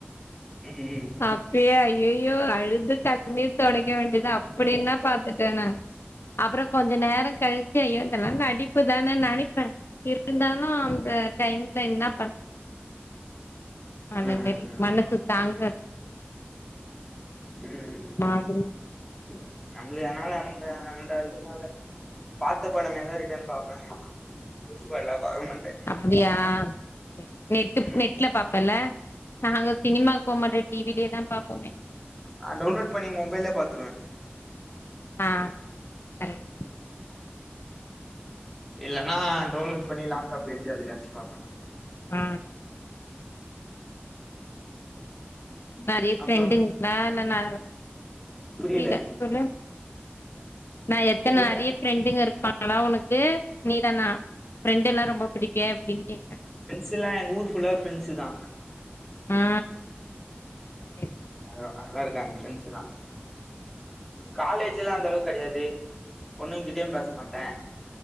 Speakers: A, in the centre; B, on the left.
A: ம்
B: அப்டியே அய்யயோ அழுதுட்டா <inaudible> தொடைக்க வேண்டிதா அப்டி என்னா பாத்துட்டே நா அப்றோ கொஞ்ச நேர கழிச்சி ஐயோ இதெல்லா நடிப்புதானே நெனப்பே இருந்தாலு அந்த டைம்ல என்ன பண்றது அந்த
A: ஆ ஆ
B: மாரி
A: ஆ ம்
B: மனசு தாங்காது
A: ம் ம்
B: மாதிரி
A: ம் நம்ளுக்கு அதனால அந்த அந்த இதுனால பாத்த படமேதா ரிட்டன் பாப்பே இப்பெல்லா பாக்க மாட்டே
B: அப்டியா சேர் நெட்டு
A: ம்
B: நெட்ல பாப்பெல்ல நாங்க சினிமாக்கு போ மாட்டோ டி விலே தா பாப்போமே
A: ஆ டவுன்லோட் பண்ணி மொபைல்லே பாத்துருவ
B: ஆ சேர் சேர் கரெட்
A: இல்லன்னா டவுன்லோட் பண்ணி லேப்டாப்ல ஏத்தி அதுல வெச்சி பாப்பே
B: ஆ நெறைய ஃப்ரெண்டுங்களா
A: அப்புறம்
B: இல்ல ந
A: புரியல
B: புரில சொல்லு நா எத்தன
A: சொல்லுங்க
B: நெறைய ஃப்ரெண்டுங்க இருப்பாங் ங்ளா ஒனக்கு நீதானா ஃப்ரெண்டுலா ரொம்ப புடிக்கு அப்டின் கேட்ட
A: ப்ரண்ட்ஸ்லா எங்க ஊரு ஃபுல்லா ப்ரண்ட்ஸ்ஸு தா
B: ஆ சேரி
A: நல்லா நல்லாருக்காங்க ஃப்ரண்ட்ஸுலா காலேஜிலா அந்த அளவுக்கெடையாது பொண்ணுங்கிட்டயு பேச மாட்டே